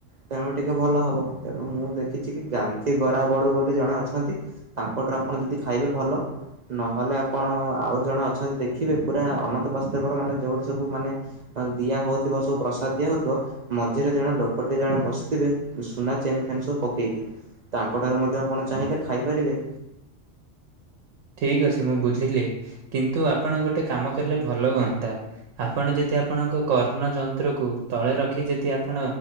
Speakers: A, on the right (about 55°); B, on the right (about 80°).
A: ତେଣୁ ଟିକେ ଭଲ ହବ ତେଣୁ ମୁଁ ଦେଖିଛି କି ଗାନ୍ଧୀଗରା ବଡ଼ୁବୋଲି ଜଣେ ଅଛନ୍ତି ତାଙ୍କଠ ଆପଣ ଯଦି ଖାଇବେ ଭଲ। ନହେଲେ ଆପଣ ଆଉ ଜଣ ଅଛନ୍ତି ଦେଖିବେ ପୁରା ଅନନ୍ତ ବସୁଦେବର ମାନେ ଯୋଉଠି ସବୁ ମାନେ। ହଁ ଦିଆ ହଉଥ ଥିବ ସବୁ ପ୍ରସାଦ ଦିଆହଉଥିବ ମଝିରେ ଜଣେ ଲୋକଟେ ଜଣେ ବସିଥିବେ ଯଉ ସୁନା ଚେନ୍ ଫେନ୍ ସବୁ ପକେଇକି। ତାଙ୍କ ଠାରୁ ମଧ୍ୟ ଆପଣ ଚାହିଁଲେ ଖାଇପାରିବେ।
B: ଠିକ୍ ଅଛି ମୁଁ ବୁଝିଲି କିନ୍ତୁ ଆପଣ ଗୋଟେ କାମ କରିଲେ ଭଲ ହୁଅନ୍ତା ଆପଣ ଯଦି ଆପଣଙ୍କ କର୍ଣ୍ଣଯନ୍ତ୍ରକୁ ତଳେ ରଖି। ଯଦି ଆପଣ